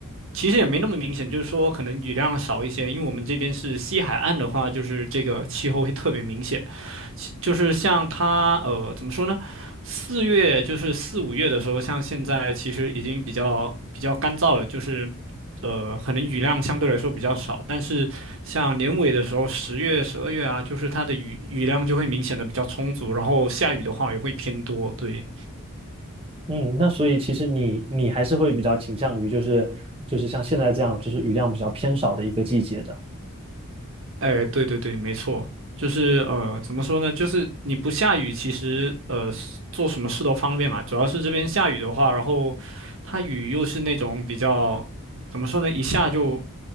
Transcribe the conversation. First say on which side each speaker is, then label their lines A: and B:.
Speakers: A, on the right; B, on the right.
A: 其实也没那么明显，就是说可能雨量少一些，因为我们这边是西海岸的话，就是这个气候会特别明显。就是像它呃怎么说呢？四月就是四五月的时候，像现在其实已经比较比较干燥了，就是呃可能雨量相对来说比较少，但是像年尾的时候，十月、十二月啊，就是它的雨雨量就会明显的比较充足，然后下雨的话也会偏多，对。
B: 嗯，那所以其实你你还是会比较倾向于就是就是像现在这样，就是雨量比较偏少的一个季节的。
A: 哎，对对对，没错，就是呃，怎么说呢？就是你不下雨，其实呃，是做什么事都方便嘛。主要是这边下雨的话，然后它雨又是那种比较，怎么说呢？一下就